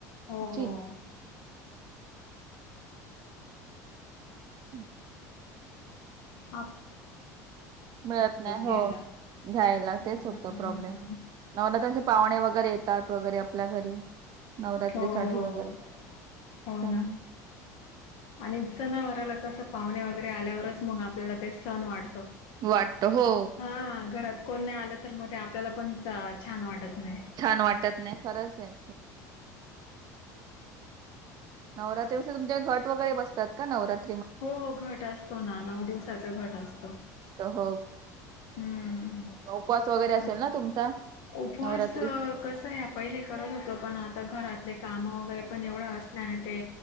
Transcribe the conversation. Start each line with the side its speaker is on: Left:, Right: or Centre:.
Left: हो
Right: हच्
Left: हो.
Right: हम्
Left: त
Right: मिळत नाही हो
Left: घ्यायला.
Right: घ्यायला
Left: हम्म
Right: तेच होतं प्रॉब्लेम. नवरवरात्रांचे पाहुणे वगैरे येतात वगैरे आपल्या घरी, नवरात्रीसाठी
Left: हो
Right: वगैरे
Left: हो. हो
Right: त्यामुळे
Left: ना आणि सनावाराला कसं पाहुणे वगैरे आल्यावरच मग आपल्याला ते सण वाटतो.
Right: वाटत हो.
Left: हा घरात कोण नाही आलं तर मग ते आपल्याला पण छान वाटत. नाही.
Right: छान वाटत नाही खरंच आहे. नवरात्री तुमच्या घट वगैरे बसतात का नवरात
Left: हो हो घटं असतो ना नऊ दिवसाचा घटं असतो.
Right: हो
Left: हम्म
Right: उपवास वगैरे असेलं
Left: मग
Right: ना तुमचा.
Left: उपवास
Right: नवरात्री
Left: कसं आहे पहिले करत होतो पण आता घरातले काम वगैरे. पण एवढा असल्याने ते